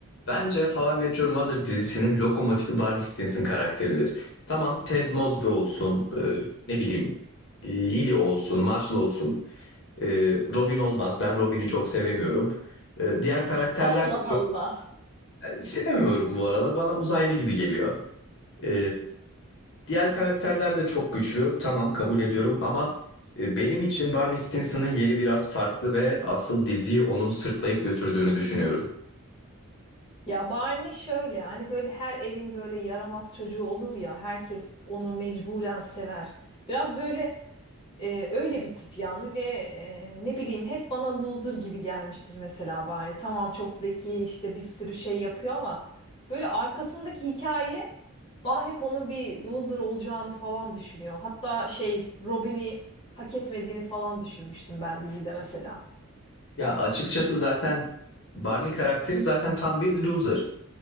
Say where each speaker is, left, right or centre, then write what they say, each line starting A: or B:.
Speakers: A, on the left (about 55°); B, on the left (about 25°).
A: Bence How I Met Your Mother dizisinin lokomotifi Barney Stinson karakteridir. Tamam Ted Mosby olsun, e, ne bileyim Lily olsun, Marshall olsun, e, Robin olmaz. Ben Robin'i çok sevemiyorum. E, diğer karakterler
B: Allah
A: de çok
B: Allah.
A: e, sevemiyorum bu arada. Bana uzaylı gibi geliyor. E, diğer karakterler de çok güçlü. Tamam kabul ediyorum ama e, benim için Barney Stinson'ın yeri biraz farklı ve asıl diziyi onun sırtlayıp götürdüğünü düşünüyorum.
B: Ya Barney şöyle hani böyle her evin böyle yaramaz çocuğu olur ya herkes onu mecburen sever. Biraz böyle e, öyle bir tip yani ve e, ne bileyim hep bana loser gibi gelmiştir mesela Barney. Tamam çok zeki işte bir sürü şey yapıyor ama böyle arkasındaki hikaye bana hep onun bir loser olacağını falan düşünüyor. Hatta şey Robin'i hak etmediğini falan düşünmüştüm ben dizide mesela.
A: Ya açıkçası zaten Barney karakteri zaten tam bir loser.